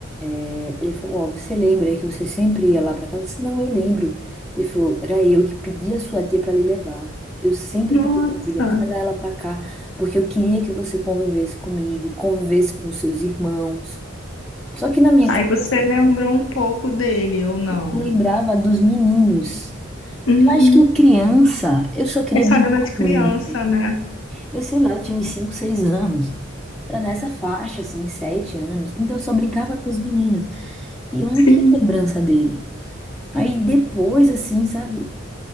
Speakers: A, in the centre; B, on the left.
A: É, Ele falou: Ó, você lembra que você sempre ia lá pra casa? Eu disse: Não, eu lembro. Ele falou: Era eu que pedi a sua tia pra lhe levar. Eu sempre
B: Nossa.
A: pedi pra tia, traga ela pra cá, porque eu queria que você convivesse comigo, convivesse com seus irmãos. Só que na minha
B: Aí
A: cabeça,
B: você lembrou um pouco dele, ou não?
A: eu lembrava dos meninos.
B: Uhum.
A: Eu acho que criança, eu só queria
B: Eu só
A: brincar.
B: lembro de criança,
A: com eles.
B: né?
A: Eu sei lá, eu tinha uns 5, 6 anos. Era nessa faixa, assim, sete anos. Então eu só brincava com os meninos. E eu não
B: Sim,
A: tinha lembrança dele. Aí depois, assim, sabe?